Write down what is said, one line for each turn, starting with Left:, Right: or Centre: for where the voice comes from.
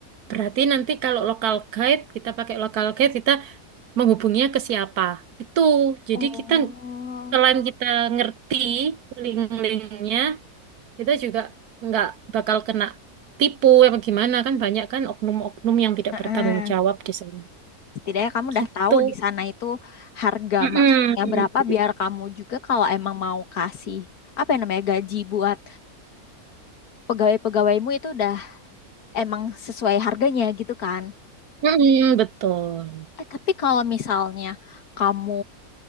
Right: Berarti nanti kalau local guide, kita pakai local guide, kita menghubunginya ke siapa? Itu. Jadi
Left: Oh,
Right: kita selain kita ngerti link-linknya, kita juga nggak bakal kena tipu apa gimana kan banyak kan oknum-oknum yang tidak
Left: Heeh.
Right: bertanggung jawab di sana.
Left: Setidaknya kamu udah
Right: Gitu.
Left: tahu di sana itu harga
Right: Mm-mm.
Left: masuknya berapa biar kamu juga kalau emang mau kasih apa yang namanya gaji buat pegawai-pegawaimu itu udah emang sesuai harganya gitu kan.
Right: Mm-mm, betul.
Left: Eh, tapi kalau misalnya kamu